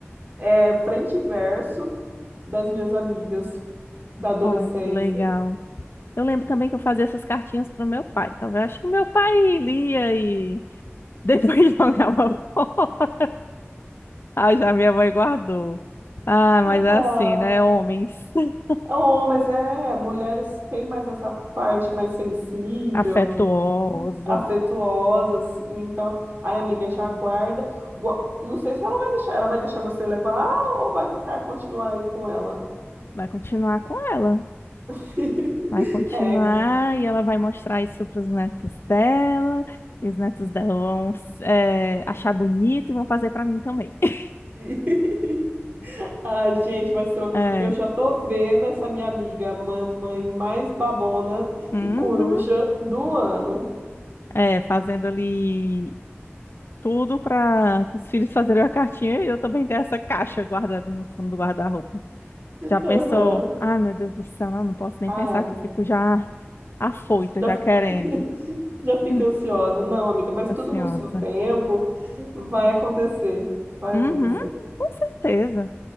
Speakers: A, on the right; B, on the left.
A: é, frente e verso das minhas amigas da adolescência.
B: Olha, que legal. Eu lembro também que eu fazia essas cartinhas pro meu pai. Talvez acho que meu pai lia e <laughs> depois jogava fora. Ah, já minha mãe guardou. Ah, mas é
A: Ah,
B: assim, né? Homens. <laughs>
A: é homens, é, mulheres têm mais essa parte mais sensível.
B: Afetuosa.
A: afetuosa, assim. Então, ai, amiga, já guarda. Gua- Não sei se ela vai deixar, ela vai deixar você levar ou vai ficar, continuar aí com ela.
B: Vai continuar com ela.
A: <laughs>
B: Vai continuar
A: É.
B: e ela vai mostrar isso para os netos dela. E os netos dela vão eh, achar bonito e vão fazer para mim também. <laughs>
A: <laughs> Ai, gente, mas eu,
B: É.
A: eu já
B: é.
A: tô vendo essa minha amiga, mamãe mais babona
B: Uhum.
A: e coruja do ano.
B: É, fazendo ali tudo para os filhos fazerem uma cartinha e eu também ter essa caixa guardada no fundo do guarda-roupa. Já pensou?
A: Aham.
B: Ai, meu Deus do céu, não, não posso nem
A: Ah,
B: pensar que eu fico já afoita,
A: já,
B: já querendo.
A: <laughs> já fica
B: <laughs>
A: ansiosa. Não, amiga, mas
B: Ansiosa.
A: tudo no seu tempo vai acontecer. Vai
B: Uhum,
A: acontecer.
B: com certeza.